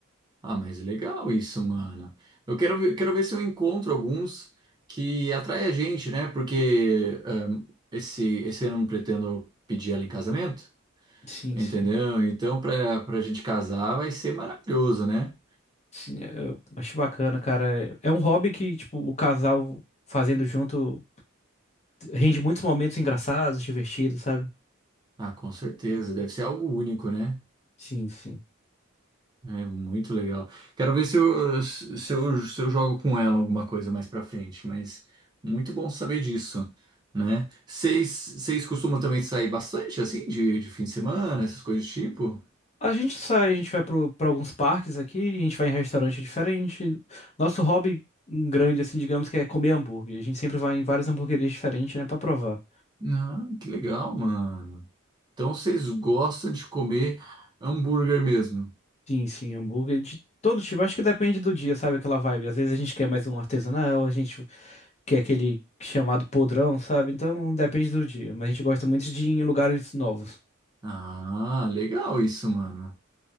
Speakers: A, on the right; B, on the left.
A: Ah, mas legal isso, mano. Eu quero ver, quero ver se eu encontro alguns que atraem a gente, né? Porque ahn, esse, esse ano eu não pretendo pedir ela em casamento,
B: Sim,
A: entendeu?
B: sim.
A: Então, pra, pra gente casar vai ser maravilhoso, né?
B: Sim, eu acho bacana, cara. É é um hobby que, tipo, o casal fazendo junto rende muitos momentos engraçados, divertidos, sabe?
A: Ah, com certeza. Deve ser algo único, né?
B: Sim, sim.
A: É muito legal. Quero ver se eu, se eu, se eu jogo com ela alguma coisa mais pra frente, mas muito bom saber disso, né? Vocês vocês costumam também sair bastante, assim, de, de fim de semana, essas coisas do tipo?
B: A gente sai, a gente vai pro- pra alguns parques aqui, a gente vai em restaurante diferente. Nosso hobby grande, assim, digamos que é comer hambúrguer. A gente sempre vai em várias hamburguerias diferentes, né, pra provar.
A: Ah, que legal, mano. Então vocês gostam de comer hambúrguer mesmo?
B: Sim, sim, hambúrguer de todo tipo. Acho que depende do dia, sabe, aquela vibe. Às vezes a gente quer mais um artesanal, a gente quer aquele chamado podrão, sabe? Então depende do dia. Mas a gente gosta muito de ir em lugares novos.
A: Ah, legal isso, mano.